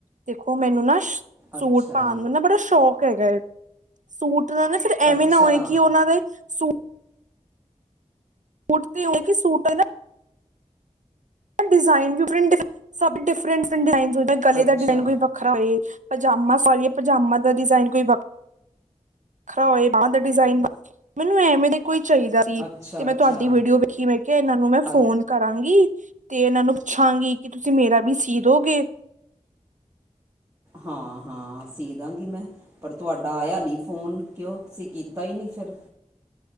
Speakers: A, on the right; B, on the right.
A: ਦੇਖੋ ਮੈਨੂੰ ਨਾ ਸੂਟ
B: ਅੱਛਾ
A: ਪਾਣ ਦਾ ਨਾ ਬੜਾ ਸ਼ੌਕ ਹੈਗਾ। ਸੂਟ ਦਾ ਨਾ ਫਿਰ ਐਵੇਂ
B: ਅੱਛਾ
A: ਨਾ ਹੋਏ ਕਿ ਉਹਨਾਂ ਦੇ ਸੂਟ ਸੂਟ ਤੇ ਹੋਏਗੀ ਸੂਟ ਐ ਨਾ ਡਿਜ਼ਾਇਨ ਡਿਫਰੈਂਟ-ਡਿਫਰੈਂਟ, ਸਭ ਡਿਫਰੈਂਟਸ ਡਿਜ਼ਾਇਨ ਜਿਹੜਾ ਗਲੇ
B: ਅੱਛਾ
A: ਦਾ ਡਿਜ਼ਾਇਨ ਕੋਈ ਵੱਖਰਾ ਹੋਏ। ਪਜਾਮਾ ਸੋਰੀ ਪਜਾਮਾ ਦਾ ਡਿਜ਼ਾਇਨ ਕੋਈ ਵੱਖਰਾ ਹੋਏ ਬਾਹ ਤੇ ਡਿਜ਼ਾਇਨ ਦਾ, ਮੈਨੂੰ ਐਵੇਂ ਦੇ ਕੋਈ ਚਾਹੀਦਾ ਸੀ,
B: ਅੱਛਾ
A: ਤੇ ਮੈਂ
B: ਅੱਛਾ
A: ਤੁਹਾਡੀ ਵੀਡੀਓ ਵੇਖੀ ਮੈ ਕਿਹਾ ਇਹਨਾਂ ਨੂੰ ਮੈਂ
B: ਅ
A: ਫੋਨ ਕਰਾਂਗੀ। ਤੇ ਇਹਨਾਂ ਨੂੰ ਪੁੱਛਾਂਗੀ ਕਿ ਤੁਸੀਂ ਮੇਰਾ ਵੀ ਸੀ ਦੋਗੇ।
B: ਹਾਂ-ਹਾਂ, ਸੀ ਦਾਂਗੀ ਮੈਂ, ਪਰ ਤੁਹਾਡਾ ਆਇਆ ਨੀ ਫੋਨ ਕਿਉਂ ਤੁਸੀਂ ਕੀਤਾ ਈ ਨੀ ਫਿਰ।